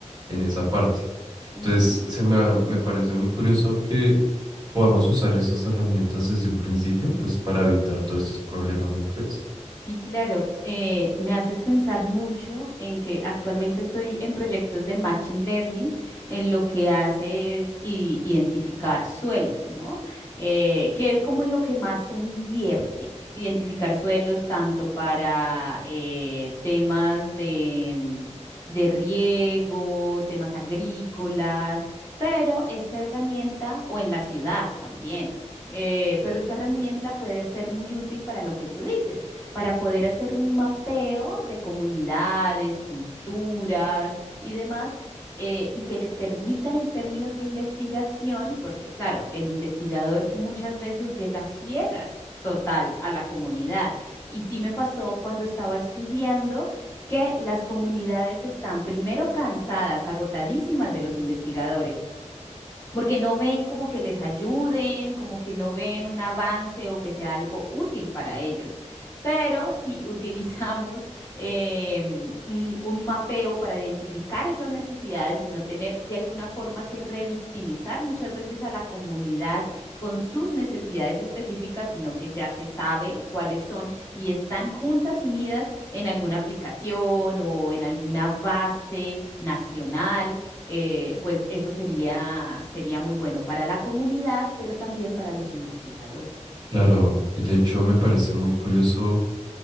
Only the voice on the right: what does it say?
en esa parte.
Entonces, se me, ha- me parece muy curioso que podamos usar esas herramientas desde un principio, pues para evitar todos estos problemas, ¿no crees?
Claro, y de hecho me parece muy curioso